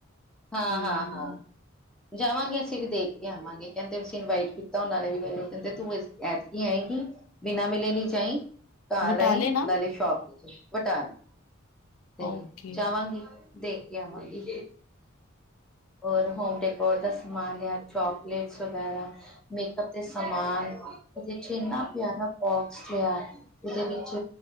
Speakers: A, in the centre; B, on the left.
A: ਹਾਂ-ਹਾਂ-ਹਾਂ
B: ਹੂੰ।
A: ਜਾਵਾਂਗੇ ਅਸੀਂ ਵੀ ਦੇਖ ਕੇ ਆਵਾਂਗੇ। ਕਹਿੰਦੇ ਪੇ ਸੀਂ ਇਨਵਾਈਟ ਕੀਤਾ ਉਹਨਾਂ ਨੇ ਵੀ ਮੈਨੂੰ ਕਹਿੰਦੇ ਤੂੰ ਐਤ ਕੀ ਆਏਂਗੀ ਬਿਨਾਂ ਮਿਲੇ ਨੀ ਜਾਈ। ਘਰ
B: ਬਟਾਲੇ
A: ਆਈ
B: ਨਾ
A: ਨਾਲੇ ਸ਼ੋਪ ਵਿੱਚ ਵਟਾਨ ਤੇ
B: ਓਕੇ-ਓਕੇ
A: ਚਾਹਵਾਂਗੀ। ਦੇਖ ਕੇ ਆਵਾਂਗੀ ਹੋਰ ਹੋਮ ਡੈਕੋਰੇ ਦਾ ਸਮਾਨ ਲਿਆ ਚੋਕਲੇਟ ਵਗੈਰਾ ਮੇਕਅਪ ਦੇ ਸਮਾਨ ਇੰਨਾ ਪਿਆਰਾ ਬੋਕਸ ਲਿਆ। ਉਹਦੇ ਵਿੱਚ